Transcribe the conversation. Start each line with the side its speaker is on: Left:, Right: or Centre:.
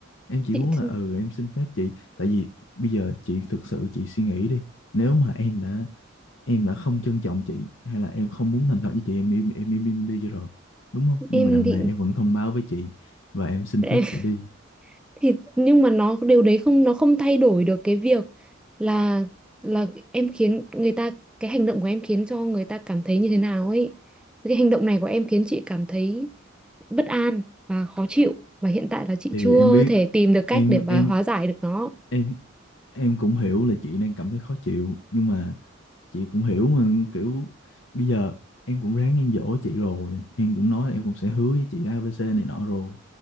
Left: em chỉ
Centre: chị
Left: muốn là ừ em xin phép chị tại vì bây giờ chị thực sự chị suy nghĩ đi nếu mà em đã em đã không trân trọng chị hay là em không muốn thành thật với chị em im em im im đi cho rồi đúng không nhưng
Centre: em
Left: mà đằng
Centre: thì
Left: này em vẫn thông báo với chị và em xin
Centre: <laughs>
Left: phép chị đi
Centre: thì nhưng mà nó điều đấy không nó không thay đổi được cái việc là là em khiến người ta cái hành động của em khiến cho người ta cảm thấy như thế nào ấy cái hành động này của em khiến chị cảm thấy bất an và khó chịu và hiện tại là chị
Left: thì
Centre: chưa
Left: em biết
Centre: thể tìm được cách
Left: em
Centre: để bà
Left: em
Centre: hóa giải được nó
Left: em em cũng hiểu là chị đang cảm thấy khó chịu nhưng mà chị cũng hiểu mà kiểu bây giờ em cũng ráng em dỗ chị rồi em cũng nói là em cũng sẽ hứa với chị ABC này nọ rồi